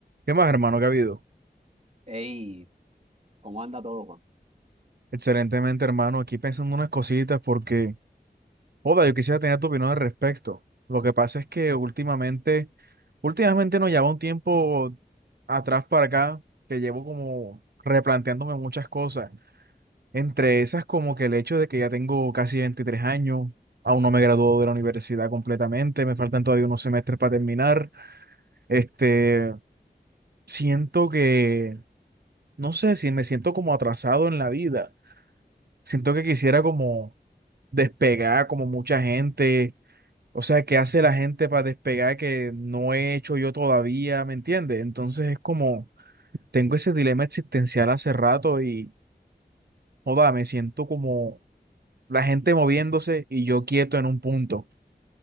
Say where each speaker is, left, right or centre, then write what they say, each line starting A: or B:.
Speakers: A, on the right; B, on the right.
A: ¿Qué más, hermano? ¿Qué ha habido?
B: Hey, ¿cómo anda todo, Juan?
A: Excelentemente, hermano. Aquí pensando unas cositas porque, joda, yo quisiera tener tu opinión al respecto. Lo que pasa es que últimamente, últimamente nos lleva un tiempo atrás para acá que llevo como replanteándome muchas cosas. Entre esas, como que el hecho de que ya tengo casi 23 años, aún no me graduó de la universidad completamente, me faltan todavía unos semestres para terminar. Este, siento que, no sé, si me siento como atrasado en la vida Siento que quisiera como despegar como mucha gente. O sea, ¿qué hace la gente para despegar que no he hecho yo todavía? ¿Me entiendes? Entonces es como, tengo ese dilema existencial hace rato y, joda, me siento como la gente moviéndose y yo quieto en un punto.